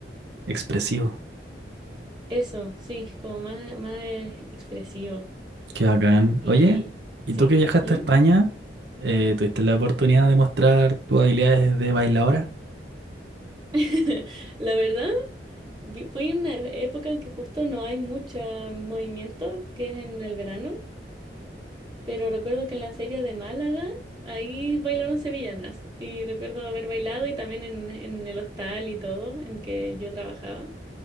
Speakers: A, on the right (about 75°); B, on the right (about 25°).
A: expresivo.
B: eso, sí, como más, más expresivo.
A: Qué bacán.
B: Y
A: Oye, ¿y
B: sí,
A: tú que viajaste
B: ¿mm?
A: a España, eh, tuviste la oportunidad de mostrar tus habilidades de bailadora?
B: <laughs> La verdad. Vi- Fui en una e- época en que justo no hay mucho movimiento, que es en el verano, pero recuerdo que en la feria de Málaga ahí bailaron sevillanas y recuerdo haber bailado y también en, en el hostal y todo en que yo trabajaba.